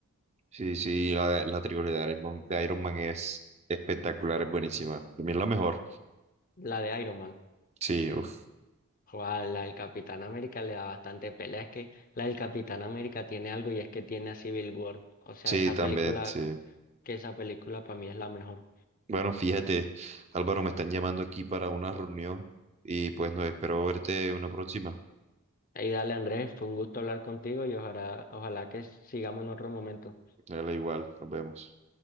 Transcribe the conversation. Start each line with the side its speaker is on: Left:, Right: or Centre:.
Right: Sí, sí, la, la trilogía de Iron Man, de Iron Man es espectacular, es buenísima. También es la mejor.
Left: la de Iron Man.
Right: Sí, uf,
Left: Joa, la del Capitán América le da bastante pelea. Es que la del Capitán América tiene algo y es que tiene a Civil War. O sea,
Right: sí,
Left: esa
Right: también,
Left: película,
Right: sí.
Left: que esa película para mí es la mejor.
Right: Bueno, fíjate, Álvaro, me están llamando aquí para una reunión y pues no espero verte una próxima.
Left: Y dale, Andrés, fue un gusto hablar contigo y ojalá, ojalá que sigamos en otro momento.
Right: Dale igual, nos vemos.